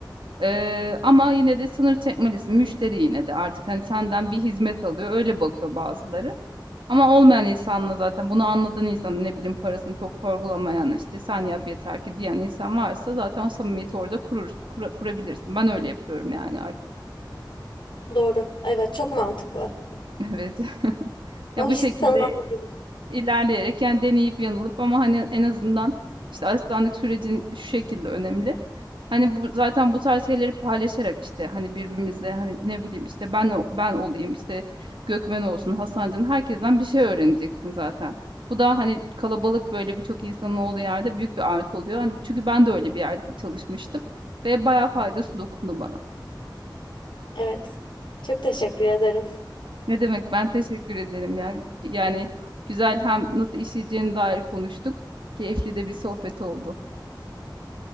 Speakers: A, on the right; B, on the left.
A: Eee, ama yine de sınır çekmelisin. Müşteri yine de artık hani senden bir hizmet alıyor öyle bakıyor bazıları. Ama olmayan insanla zaten bunu anladığın insan ne bileyim parasını çok sorgulamayan işte sen yap yeter ki diyen insan varsa zaten o samimiyeti orada kurur, kura- kurabilirsin. Ben öyle yapıyorum yani artık.
B: Doğru. Evet çok mantıklı.
A: <laughs> Evet. <laughs>
B: O
A: Ya bu
B: insanlar.
A: şekilde
B: <laughs>
A: ilerleyerek yani deneyip yanılıp ama hani en azından işte asistanlık sürecin şu şekilde önemli. Hani bu zaten bu tarz şeyleri paylaşarak işte hani birbirimizle hani ne bileyim işte ben o- ben olayım işte Gökmen olsun Hasancan herkesten bir şey öğreneceksin zaten. Bu da hani kalabalık böyle birçok insanın olduğu yerde büyük bir artı oluyor. Hani çünkü ben de öyle bir yerde çalışmıştım ve bayağı faydası dokundu bana.
B: Evet. Çok teşekkür ederim.
A: Ne demek ben teşekkür ederim ya. Yani güzel hem nasıl işleyeceğine dair konuştuk. Keyifli de bir sohbet oldu.